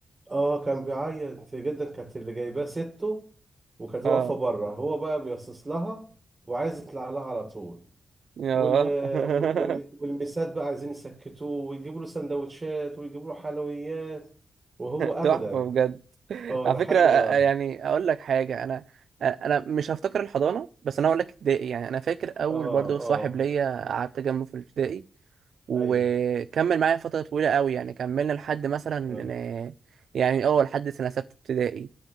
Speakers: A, on the right; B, on the right.
A: اه كان بيعيط جدا كانت اللي جايباه سته وكانت واقفة
B: اه
A: بره هو بقى بيصص لها وعايز يطلع لها على طول
B: ياه
A: وال
B: <laughs>
A: والم- والمسات بقى عايزين يسكتوه ويجيبوا له سندوتشات ويجيبوا له حلويات وهو ابدا
B: تحفه بجد
A: اه
B: على
A: لحد
B: فكره آه،
A: ما
B: يعني اقول لك حاجه انا آه، انا مش هفتكر الحضانه بس انا اقول لك ابتدائي يعني انا فاكر اول
A: اه
B: برضو
A: اه
B: صاحب ليا قعدت جنبه في الابتدائي وكمل
A: ايوه
B: معايا فتره طويله قوي يعني كملنا لحد مثلا
A: اه
B: آه، يعني اه لحد سنه سته ابتدائي